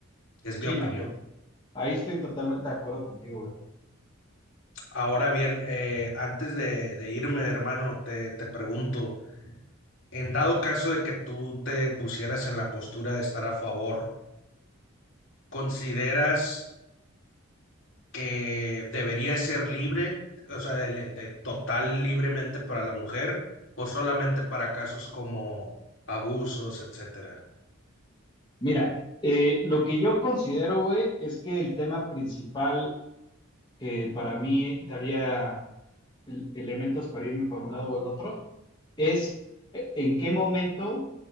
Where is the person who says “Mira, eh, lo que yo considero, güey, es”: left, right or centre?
Left